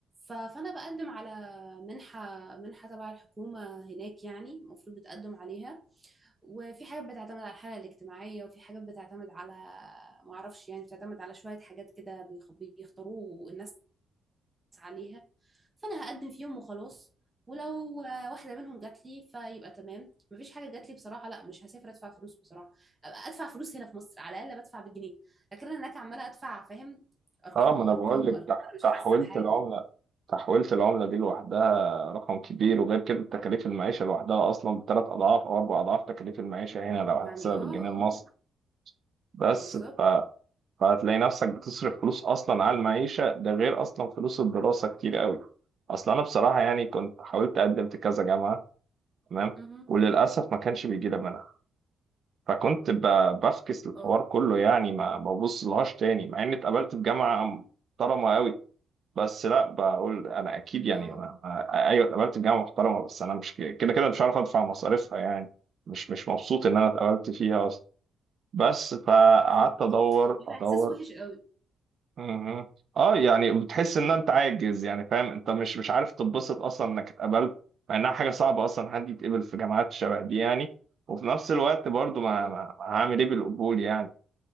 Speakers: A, on the right; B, on the right.
A: ف... فانا بقدم على منحه منحه تبع الحكومه هناك يعني المفروض بتقدم عليها وفي حاجات بتعتمد على الحالة الاجتماعية وفي حاجات بتعتمد على معرفش يعني بتعتمد على شوية حاجات كده بيخ- بيختاروه الناس عليها فأنا هقدم فيهم وخلاص ولو واحدة منهم جات لي فيبقى تمام مفيش حاجة جات لي بصراحة لا مش هسافر أدفع فلوس بصراحة أبقى أدفع فلوس هنا في مصر على الأقل بدفع بالجنيه لكن أنا هناك عمالة أدفع فاهم أرقام
B: اه ما انا
A: أرقام
B: بقول لك
A: أرقام أنا
B: تح-
A: مش
B: تحويلة
A: حاسة بحاجة
B: العملة تحويلة العملة دي لوحدها رقم كبير وغير كده تكاليف المعيشة لوحدها اصلا بثلاث اضعاف او اربع اضعاف تكاليف المعيشة هنا لو هنحسبها
A: يعني اه
B: بالجنيه
A: اه
B: المصري بس
A: بالظبط
B: ف... فهتلاقي نفسك بتصرف فلوس اصلا على المعيشة ده غير اصلا فلوس الدراسة كتير قوي اصلا انا بصراحة يعني كنت حاولت اقدم في كذا جامعة تمام
A: مهم.
B: وللاسف ما كانش بيجي لي منها فكنت ب- بفكس الحوار
A: اه
B: كله يعني ما ببص لهاش تاني مع اني اتقابلت في جامعة محترمة قوي بس لا بقول انا اكيد يعني
A: اه
B: ما... ما- ايوه اتقبلت في جامعه محترمه بس انا مش ك- كده كده مش عارف ادفع مصاريفها يعني مش مش مبسوط ان انا اتقبلت فيها اصلا بس فقعدت
A: بالظبط
B: ادور
A: بيبقى
B: ادور
A: إحساس وحش قوي
B: مهم. اه يعني بتحس ان انت عاجز يعني فاهم انت مش مش عارف تتبسط اصلا انك اتقبلت مع انها حاجه صعبه اصلا حد يتقبل في جامعات شبه دي يعني وفي نفس الوقت برضو ما,
A: مم.
B: ما... ما هعمل ايه بالقبول يعني